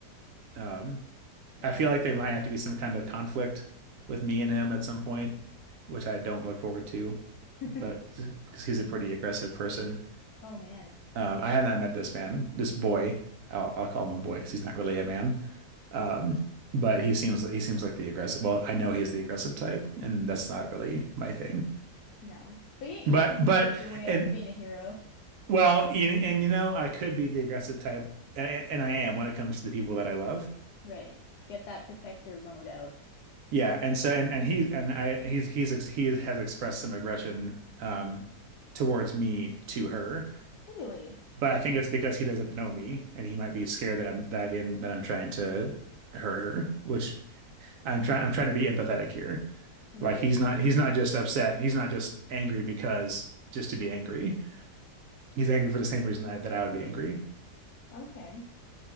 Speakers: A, on the right; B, on the left.
A: Um,
B: Yeah,
A: I feel
B: I
A: like there might have to be some kind of conflict with me and him at some point, which I don't look forward to,
B: <laughs>
A: but because he's a pretty aggressive person.
B: Oh man. <laughs>
A: Um, I have not met this man, this boy. I'll, I'll call him a boy because he's not really a man. Um, but he seems he seems like the aggressive. Well, I know he's the aggressive type, and that's not really my thing.
B: No. But you, you
A: But
B: can
A: but
B: Mm. work your way
A: and
B: up to being a hero.
A: well, and, and you know, I could be the aggressive type, and, and I am when it comes to the people that I love.
B: Right. To get that protector mode out.
A: Yeah, and so and and he and I he's he's ex, he has expressed some aggression um towards me to her
B: Really?
A: But I think it's because he doesn't know me, and he might be scared that I'm that I'm in that I'm trying to hurt her, which I'm trying I'm trying to be empathetic here.
B: Right.
A: Like he's not he's not just upset. He's not just angry because just to be angry. He's angry for the same reason that, that I would be angry.
B: Okay.